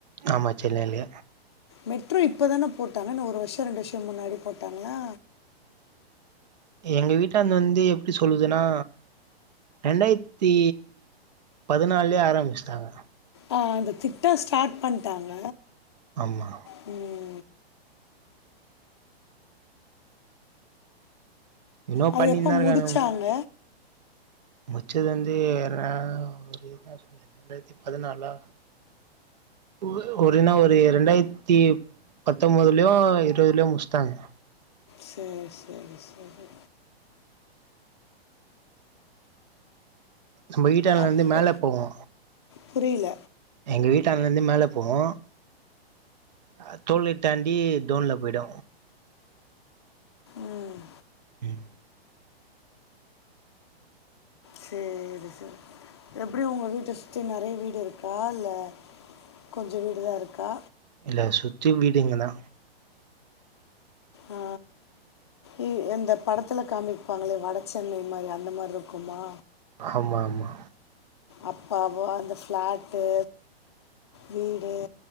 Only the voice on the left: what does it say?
மெட்ரோ இப்ப தான போட்டாங்க என்ன ஒரு வருஷ ரெண்டு வருஷம் முன்னாடி போட்டாங்களா
ஆ அந்த திட்ட ஸ்டார்ட் பண்ட்டாங்க
ம்
அது
எப்போ
முடிச்சாங்க
சேர் சேரி சேரி
அப்போ
புரியல
ம்
சேரி சேரி எப்டி உங்க வீட்ட சுத்தி நெறைய வீடு இருக்கா இல்ல கொஞ்ச வீடுதா இருக்கா
ஆ ஏ அந்த படத்துல காமிப்பாங்களே வட சென்னை மாரி அந்த மாரி இருக்குமா
அப்பாவோ அந்த ஃபிளாட்டு வீடு